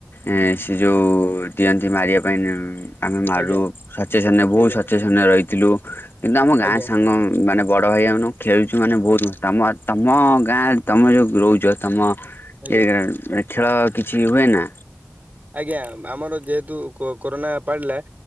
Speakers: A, on the left; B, on the right.
A: ଏ ସେ ଯେଉଁ ଦିଅନ୍ତି ମାରିବା ପାଇଁ ଉ ଆମେ ମାରୁ
B: ଆଜ୍ଞା
A: ସଚେସନ ବହୁତ
B: ଆଜ୍ଞା
A: ସଚେସନ ରହିଥିଲୁ କିନ୍ତୁ ଆମ ଗାଁ
B: ଆଜ୍ଞା
A: ମାନେ ବଡ଼ ଭାଇ ଆାଉନୁ ଖେଳୁଛୁ ମାନେ ବହୁତ ମ ତମ ତମ ଗାଁରେ ତମ ଯେଉ ରହୁଛ ତମ
B: ଆଜ୍ଞା।
A: ଏ ଖେଳ କିଛି ହୁଏନା
B: ଆଜ୍ଞା ଆମର ଯେହେତୁ କୋ କୋରୋନା ପାଡିଲା